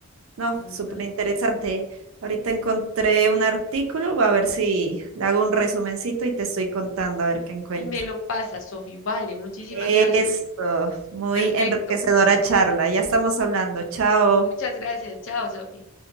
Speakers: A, on the right; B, on the left.
A: No,
B: ujú.
A: súper interesante. Ahorita encontré un artículo, va a ver si le hago un resumencito y te estoy contando a ver qué encuentro.
B: Y me lo pasa, Sofi. Vale, muchísimas
A: Eso,
B: gracias.
A: muy
B: Perfecto.
A: enriquecedora charla. Ya estamos hablando. Chao.
B: Muchas gracias. Chao, Sofi.